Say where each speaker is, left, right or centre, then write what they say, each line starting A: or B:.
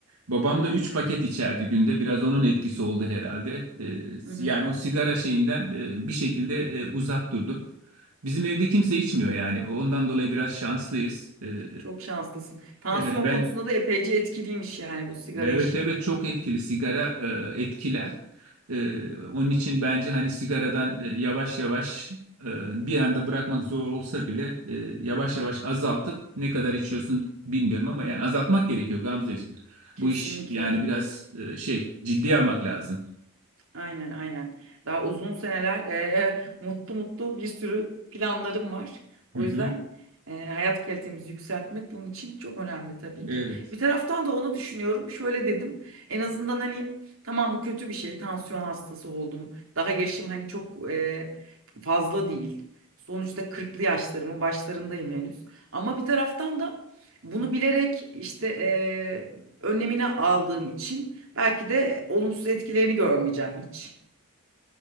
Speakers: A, on the right; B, on the right.
A: Babam da 3 paket içerdi günde. Biraz onun etkisi oldu herhalde. E,
B: Hı hı,
A: yani o sigara şeyinden e, bir şekilde e, uzak durdum. Bizim evde kimse içmiyor yani. Ondan dolayı biraz şanslıyız. E,
B: çok şanslısın. Tansiyon
A: evet ben
B: konusunda da epeyce etkiliymiş yani bu sigara
A: Evet
B: işi.
A: evet çok etkili sigara e, etkiler. E, onun için bence hani sigaradan e, yavaş yavaş e, bir anda bırakmak zor olsa bile e, yavaş yavaş azaltıp ne kadar içiyorsun bilmiyorum ama yani azaltmak gerekiyor Gamzeciğim.
B: Kesinlikle.
A: Bu iş yani biraz e, şey ciddiye almak lazım.
B: Aynen aynen. Daha uzun seneler e, e, mutlu mutlu bir sürü planlarım var.
A: Hı
B: O
A: hı.
B: yüzden e, hayat kalitemizi yükseltmek bunun için çok önemli tabii
A: Evet.
B: ki. Bir taraftan da onu düşünüyorum. Şöyle dedim. En azından hani tamam bu kötü bir şey. Tansiyon hastası oldum. Daha yaşım hani çok e, fazla değil. Sonuçta kırklı yaşlarımın başlarındayım henüz. Ama bir taraftan da bunu bilerek işte e, önlemini aldığım için Belki de olumsuz etkilerini görmeyeceğim hiç.